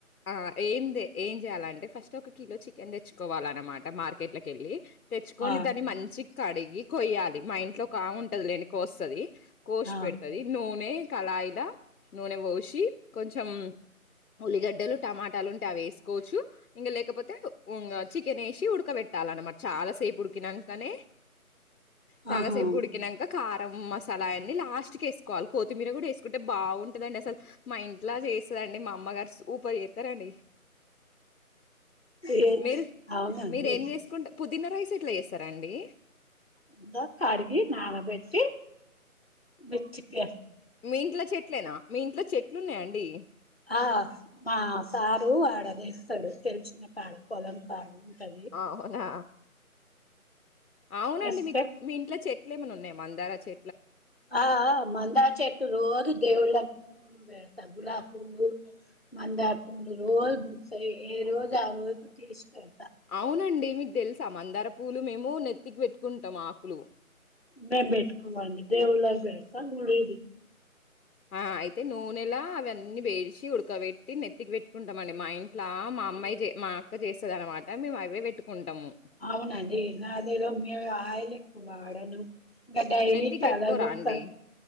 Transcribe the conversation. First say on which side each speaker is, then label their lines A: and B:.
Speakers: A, on the left; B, on the left.
A: ఆ ఏందే ఏం చేయాలంటే ఫస్ట్ ఒక కిలో చికెన్ తెచ్చుకోవాలన్నమాట మార్కెట్ లాకెళ్ళి తెచ్చుకొని
B: ఆ
A: దాన్ని మంచిగ కడిగి కొయ్యాలి మా ఇంట్లో ఒక ఆమె ఉంటది లేండి కోస్తాది కోసి
B: ఆ
A: పెడతది నూనె కళాయిల నూనె పోసి కొంచెం ఉల్లిగడ్డలు టమాటాలు ఉంటే అవి వేసుకోవచ్చు ఇంక లేకపోతే ఇంగ చికెన్ వేసి ఉడకబెట్టాలన్న మరి చాలాసేపు ఉడికి నాకనే చాలా
B: ఆహా
A: సేపు ఉడికినాంక కార్ మసాలా అన్ని లాస్ట్ కి వేసుకోవాలి కొత్తిమీర కూడా వేసుకుంటే బాగుంటుందండి అసలు మా ఇంట్లో చే అండి మా అమ్మగారు సూపర్ చేస్తారండి
B: ఏ
A: మీరు
B: అవునండి
A: మీరేం చేసుకుంట పుదీనా రైస్ ఎట్లా చేస్తారా అండి
B: ఇంద కడిగి నానబెట్టి మెచ్చకి
A: మీ ఇంట్లో చెట్లేనా మీ ఇంట్లో చెట్లు ఉన్నాయ అండి
B: ఆ మా సారు ఆడా తేస్తాడు తెలిసిన కాడా పొలం కాడ ఉంటది
A: అవునా అవునండి
B: తెస్తే
A: మీకు మీ ఇంట్లో చెట్ ఇట్లే ఏమన్నా ఉన్నాయా మందారా చె
B: ఆ ఆ మందార చెట్టు రోజు దేవుళ్ళకు పెడతాం గులాబ్ పూలు మందార పూలు రోజు బూస్తాయి ఏ రోజు ఆ రోజు తీస్తాం
A: అవునండి మీకు తెలుసా మందార పూలు మేము నెత్తికి పెట్టుకుంటాం ఆకులు
B: మేము పెట్టుకోము అండి దేవుళ్ళకి పెడతాము గుడి
A: ఆ అయితే నూనెలా అవన్నీ వేసి ఉడకబెట్టి నెత్తికి పెట్టుకుంటాం అండి మా ఇంట్లా మా మా అమ్మాయి మా అక్క చేస్తది అన్నమాట మేము అవే పెట్టుకుంటాము
B: అవునండి నా అదేగా మేము ఆయిల్ ఎక్కువ వాడను ఇంకా డైలీ
A: నెత్తికి
B: తలకుబోస్తాను
A: పెట్టుకోరా అండి